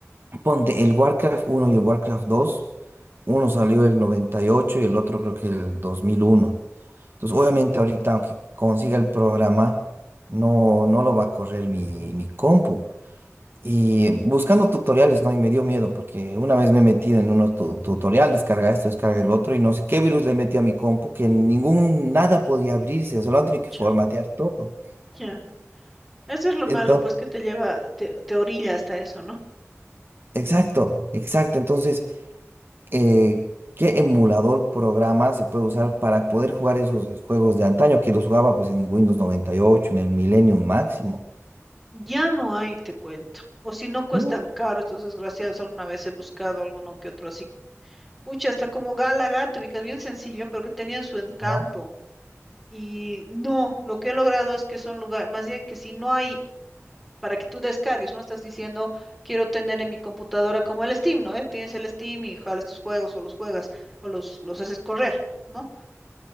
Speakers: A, on the right; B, in the centre.
A: Ponte, el Warcraft uno y el Warcraft dos uno salió el 98 y ocho y el otro creo que el 2001. Entonces, obviamente ahorita, aunque consiga el programa, no, no lo va a correr mi, mi compu. Y buscando tutoriales, ¿no? Y me dio miedo porque una vez me he metido en unos tu- tutorial, descarga esto, descarga el otro, y no sé qué virus le metí a mi compu que ningún, nada podía abrirse, o sea, lo
B: Mucha,
A: han tenido que formatear todo.
B: ya. Eso es lo malo,
A: Entonces,
B: pues, que te lleva, te, te orilla hasta eso, ¿no?
A: exacto, exacto. Entonces, eh, ¿qué emulador programa se puede usar para poder jugar esos juegos de antaño que los jugaba pues en Windows noventa y ocho en el Millennium máximo?
B: Ya no hay, te cuento. O si no cuestan
A: Uh,
B: caro estos desgraciados, alguna vez he buscado alguno que otro así. Pucha, hasta como Galaga, te ubicas bien sencillo, pero que tenían su encanto.
A: ya.
B: Y no, lo que he logrado es que son lugares, más bien que si no hay para que tú descargues, no estás diciendo, quiero tener en mi computadora como el Steam, ¿no? Eh, Tienes el Steam y jalas tus juegos o los juegas o los, los haces correr, ¿no?